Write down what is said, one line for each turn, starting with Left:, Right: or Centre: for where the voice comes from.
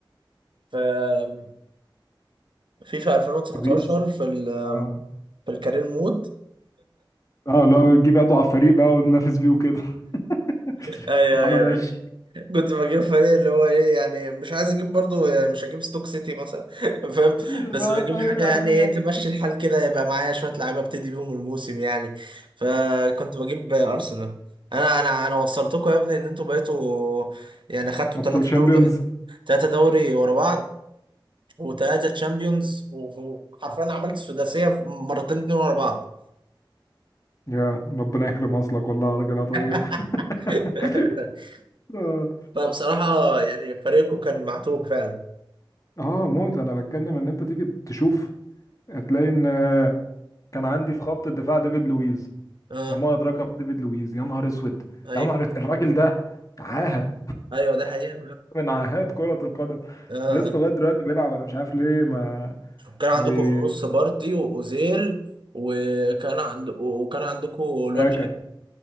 Right: في فيفا 2019
Left: في بيس
Right: في ال
Left: اه
Right: في الكارير مود
Left: اه لو تجيب اضعف فريق بقى وننافس بيه وكده <laughs>
Right: ايوه
Left: يا عم
Right: ايوه
Left: ماشي
Right: كنت بجيب فريق اللي هو ايه يعني مش عايز اجيب برضو يعني مش هجيب ستوك سيتي مثلا <laughs> فاهم
Left: مش زي-
Right: بس بجيب
Left: أيوة
Right: حاجه
Left: عادي
Right: يعني ايه
Left: يعني
Right: تمشي الحال كده يبقى معايا شويه لعيبه ابتدي بيهم الموسم يعني فكنت بجيب ارسنال انا انا انا وصلتكم يا ابني ان انتوا بقيتوا يعني خدتوا
Left: ابطال
Right: ثلاثه
Left: شامبيونز
Right: دوري ثلاثه دوري ورا بعض وثلاثه تشامبيونز وحرفيا عملت سداسيه مرتين اتنين ورا بعض
Left: يا ربنا يكرم اصلك والله يا راجل يا طيب
Right: <laughs>
Left: <laughs> اه
Right: فبصراحه يعني فريقكم كان معتوه فعلا
Left: آه، موت انا بتكلم ان انت تيجي تشوف هتلاقي ان آه، كان عندي في خط الدفاع ديفيد لويز
Right: اه
Left: وما ادراك ما ديفيد لويز يا نهار اسود
Right: ايوه
Left: يا نهار أسود، الراجل ده عاهه
Right: ايوه ده حقيقة
Left: من عاهات كرة القدم
Right: آه.
Left: لسه لغايه دلوقتي بيلعب انا مش عارف ليه ما
Right: كان عندكم
Left: ما بي
Right: في النص بارتي واوزيل وكان عند وكان عندكم الواد
Left: شاكا
Right: شاك.